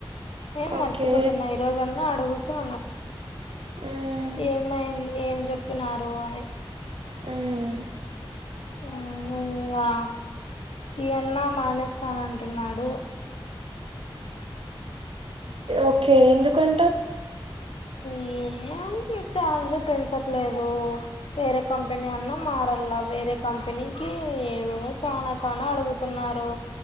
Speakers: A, on the left; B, on the right.
A: నేను
B: ఓకే
A: మర్చిపోతున్నా ఈ రోజన్న అడుగుతాను
B: ఉమ్
A: ఏమై ఏం చెప్పినారు అని
B: ఉమ్
A: ఆ ఇంగా ఏనా మానేస్తానంటున్నాడు
B: ఓకే ఎందుకంట
A: ఈ ఏం సాలరీలు పెంచట్లేదు వేరే కంపెనీ అన్నా మారలా వేరే కంపెనీకి ఏదో చనా చనా అడుగుతున్నారు